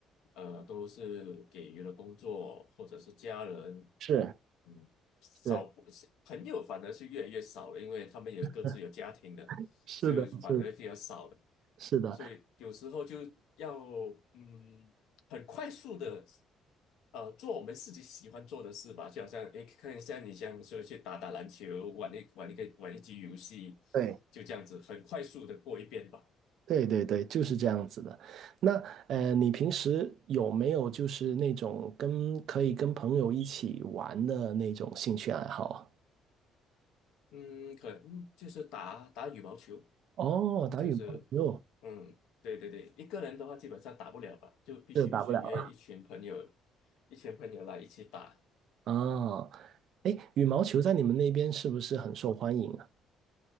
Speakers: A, on the left (about 80°); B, on the right (about 55°).
A: 呃，都是给予了工作或者是家人，
B: 是
A: 嗯，少不是朋友反而是越来越少了，
B: 是
A: 因为他们也各自有家庭的，
B: <laughs> 是的，
A: 所以反而比较少了，
B: 是是的，
A: 所以有时候就要嗯，很快速的，呃，做我们自己喜欢做的事吧，就好像诶，看一下你像说去打打篮球，玩一玩一个玩一局游戏，
B: 对
A: 就这样子很快速的过一遍吧。
B: 对对对，就是这样子的。那呃，你平时有没有就是那种跟可以跟朋友一起玩的那种兴趣爱好啊？
A: 嗯，可能嗯就是打打羽毛球，
B: 哦，打羽毛球，
A: 就是，嗯，对对对，一个人的话基本上打不了吧，就必须是约一群朋友，
B: 这打不了。
A: 一群朋友来一起打，
B: 哦，哎，羽毛球在你们那边是不是很受欢迎啊？